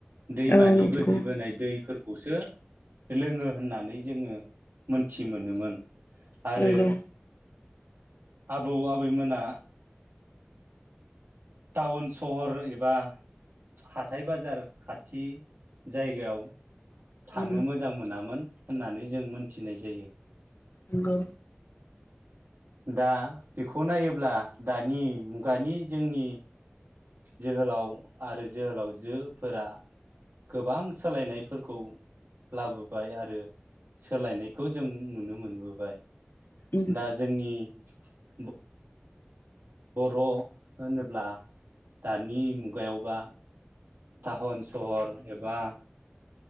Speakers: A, on the left; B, on the right.
A: नंगौ
B: दैमानि बोहैबोनाय
A: उम औ नंगौ
B: दै फोर खौसो लोङो होननानै जोङो मोनथि मोनोमोन। आरो
A: नंगौ
B: आबौ आबैमोना टाउन सहर एबा हाथाय बाजार खाथि जायगायाव थानो
A: उम
B: मोजां मोनामोन होननानै जों मोनथिनाय जायो।
A: नंगौ
B: दा बेखौ नायोब्ला दानि मुगानि जोंनि जोहोलाव आरो जोहोलावजोफोरा गोबां सोलायनायफोरखौ लाबोबाय आरो सोलायनायखौ जों नुनो मोनबोबाय।
A: उम
B: दा जोंनि <unintelligible> बर' होनोब्ला दानि मुगायावबा थाह'न सहर एबा